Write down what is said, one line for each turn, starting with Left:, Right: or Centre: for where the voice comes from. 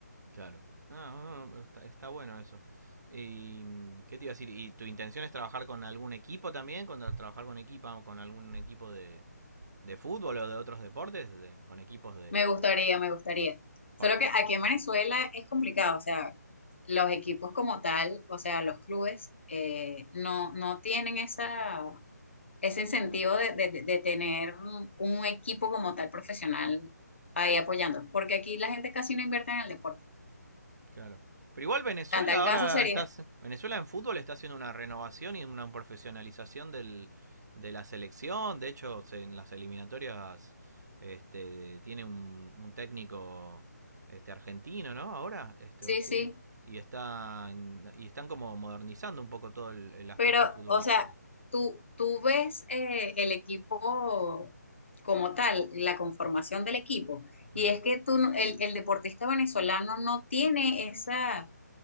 Right: claro. Ah, ah, está, está bueno eso. ¿Y mm, qué te iba a decir? ¿Y tu intención es trabajar con algún equipo también? ¿Con, trabajar con equipa, con algún equipo de, de fútbol o de otros deportes de- con equipos de...
Left: Me gustaría, me gustaría.
Right: par-
Left: Solo que
Right: pa-
Left: aquí en Venezuela es complicado, o sea, los equipos como tal, o sea, los clubes, eh, no, no tienen esa, ese incentivo de, de- de tener un un equipo como tal profesional ahí apoyando, porque aquí la gente casi no invierte en el deporte.
Right: Claro. Pero igual Venezuela
Left: Tan tal
Right: ahora
Left: caso sería,
Right: está... Venezuela en fútbol está haciendo una renovación y una profesionalización del, de la selección. De hecho, se- en las eliminatorias este, tiene un, un técnico este, argentino, ¿no? Ahora, este,
Left: sí,
Right: o sí,
Left: sí,
Right: y están, y están como modernizando un poco todo el, el aspecto
Left: pero,
Right: futbolístico.
Left: o sea, tú, tú ves eh, el equipo como tal, la conformación del equipo, y
Right: Mm,
Left: es que tú, no- el, el deportista venezolano no tiene esa,